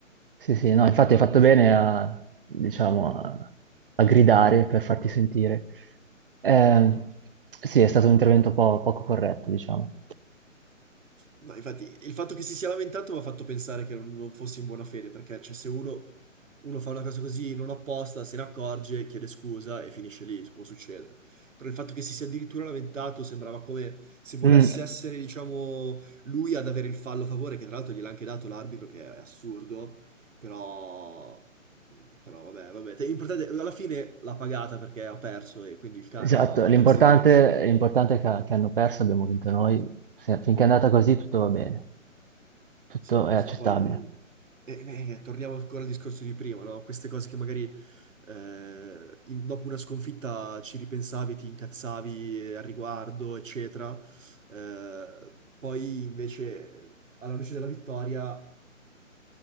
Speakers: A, on the right; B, on the right.
A: Sì, sì, no, infatti
B: Ma
A: hai fatto
B: s-
A: bene a, diciamo, a, a gridare per farti sentire. Eh, sì, è stato un intervento po- poco corretto, diciamo.
B: Ma infatti il fatto che si sia lamentato mi ha fatto pensare che non, non fosse in buona fede, perché cioè, se uno, uno fa una cosa così non apposta, se ne accorge, chiede scusa e finisce lì, può succedere. Però il fatto che si sia addirittura lamentato sembrava come se volesse
A: Mm,
B: essere, diciamo, lui ad avere il fallo a favore, che tra l'altro gliel'ha anche dato l'arbitro, che è assurdo, però... Però vabbè, vabbè, Te- l'importante alla fine l'ha pagata perché ha perso e quindi il karma
A: esatto,
B: a volte
A: l'importante
B: restituisce.
A: l'importante è che, che hanno perso, abbiamo vinto noi. Se- finché è andata così tutto va bene, tutto
B: Sì,
A: è accettabile.
B: sì, poi eh, eh, torniamo ancora al discorso di prima, no? Queste cose che magari eh, in- dopo una sconfitta ci ripensavi, ti incazzavi al riguardo, eccetera. Eh, poi invece alla luce della vittoria,